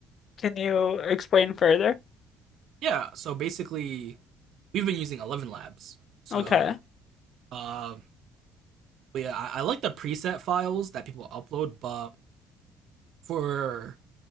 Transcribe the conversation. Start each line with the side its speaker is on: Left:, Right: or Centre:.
Left: can you explain further?
Right: Yeah, so basically we've been using Eleven Labs. So
Left: Okay.
Right: uh, yeah, I, I like the preset files that people upload, but for